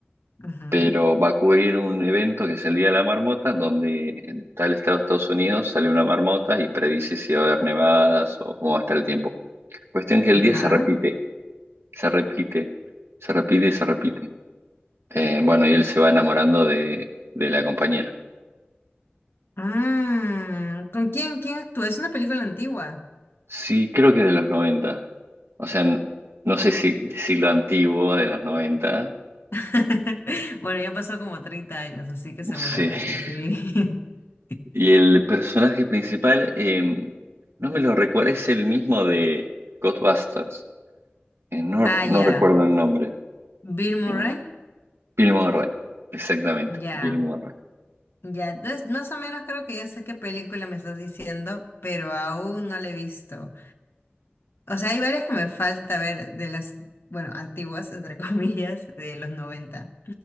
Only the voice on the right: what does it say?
pero va a cubrir un evento que es el Día de la Marmota, donde en tal estado de Estados Unidos sale una marmota y predice si va a haber nevadas o cómo va a estar el tiempo. Cuestión que
el día se repite, se repite, se repite y se repite. Eh, bueno, y él se va enamorando de, de la compañera.
Sí, creo que de los noventa. O sea, n- no sé si de siglo antiguo, de los 90.
Sí. <laughs>
Y el personaje principal, eh, no me lo recuerdo, es el mismo de Ghostbusters. eh, no,
no
recuerdo el nombre.
eh, Bill Murray, exactamente,
Bill Murray.